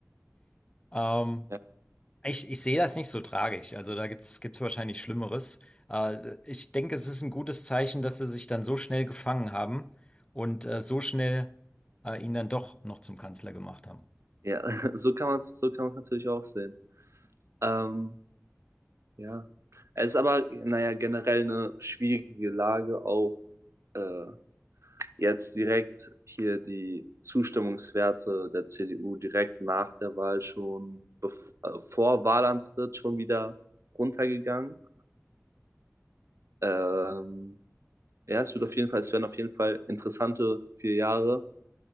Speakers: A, on the left; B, on the right.
A: Ähm,
B: Ja.
A: ich, ich sehe das nicht so tragisch. Also da gibt's gibt's wahrscheinlich Schlimmeres. Äh, ich denke, es ist ein gutes Zeichen, dass sie sich dann so schnell gefangen haben und äh, so schnell äh, ihn dann doch noch zum Kanzler gemacht haben.
B: Ja, <laughs> so kann man es so kann man es natürlich auch sehen. Ähm, ja. Es ist aber, naja, generell eine schwierige Lage, auch äh, jetzt direkt hier die Zustimmungswerte der CDU direkt nach der Wahl schon, bef- äh, vor Wahlantritt schon wieder runtergegangen. Ähm, ja, es wird auf jeden Fall, es werden auf jeden Fall interessante vier Jahre